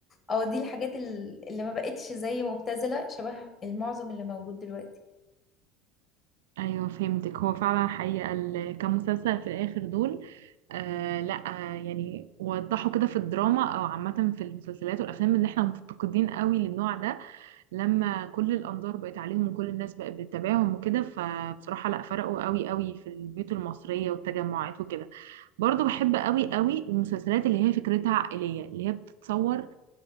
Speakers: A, on the left; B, on the right.
A: اه دي الحاجات ال- اللي ما بقتش زي مبتذله شبه المعظم اللي موجود دلوقتي
B: ايوه فهمتك هو فعلا حقيقة ال- كمسلسل في الاخر دول آه لا آه يعني وضحوا كده في الدراما او عامة في المسلسلات والافلام ان احنا مفتقدين قوي للنوع ده لما كل الانظار بقت عليهم وكل الناس بقت بتتابعهم وكده فبصراحة لا فرقوا قوي قوي في البيوت المصرية والتجمعات وكده برضو بحب قوي قوي المسلسلات اللي هي فكرتها عائلية اللي هي بتتصور